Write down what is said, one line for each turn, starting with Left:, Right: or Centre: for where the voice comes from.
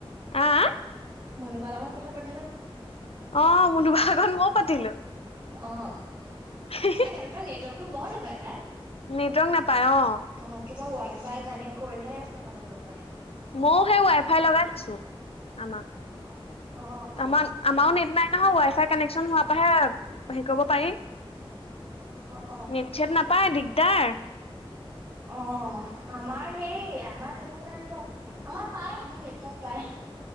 Left: আহ,
Right: মুনু বাৰ লগত কথা পাতিলো।
Left: অ' মুনু বাৰ লগত মইও পাতিলো।
Right: অ'।
Left: হ <inaudible>
Right: সিহঁতৰ তাত নেটৱৰ্কতো বৰ নাপায় পাই।
Left: নেটৱৰ্ক নাপায় অ'।
Right: অ' কিবা ৱাই ফাই কানেক্ট কৰিলেহে কথা পাতিব পাৰি।
Left: ময়ও সেই ৱাই ফাই লগাই থৈছো আমাৰ।
Right: অ অ অ
Left: আমাৰ আমাৰো নেট নাই নহয়, ৱাই ফাই কানেকশ্যন হোৱাৰ পাহে হেৰি কৰিব পাৰি।
Right: অ অ
Left: নেট চেট নাপায় দিগদাৰ।
Right: অ' আমাৰ হেই আমাৰ সেইবোৰ নাই বাৰু। আমাৰ পায় আমাৰ নেটৱৰ্ক পায়।